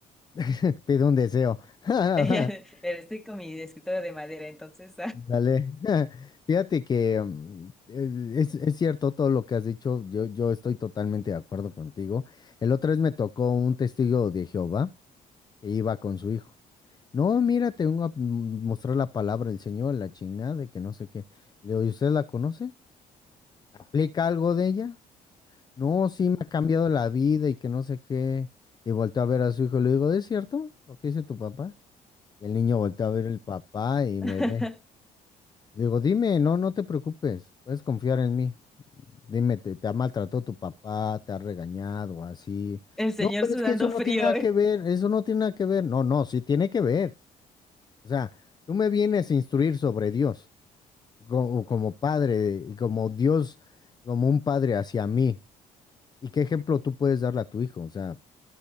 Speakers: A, on the left (about 25°); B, in the centre.
A: <laughs> Pide un deseo. <laughs>
B: <laughs> Pero Estoy con mi escritorio de madera, entonces.
A: Dale. <laughs> Fíjate que mm, eh, es, es cierto todo lo que has dicho. Yo, yo estoy totalmente de acuerdo contigo. El otro vez me tocó un testigo de Jehová que iba con su hijo. No, mira, te vengo a mm, mostrar la palabra del Señor, la chingada, y que no sé qué. Le digo, ¿y usted la conoce? ¿Aplica algo de ella? No, sí me ha cambiado la vida y que no sé qué. Y volteó a ver a su hijo, le digo, ¿es cierto lo que dice tu papá? Y el niño volteó a ver el papá y
B: <laughs>
A: me ve.
B: <laughs>
A: Le digo, dime, no, no te preocupes, puedes confiar en mí. Dime, ¿te, te ha maltratado tu papá? ¿Te ha regañado así?
B: El señor
A: No, pero
B: sudando
A: es que eso no
B: frío.
A: tiene nada que ver, eso no tiene nada que ver. No, no, sí tiene que ver. O sea, tú me vienes a instruir sobre Dios, como, como padre, como Dios, como un padre hacia mí. ¿Y qué ejemplo tú puedes darle a tu hijo? O sea,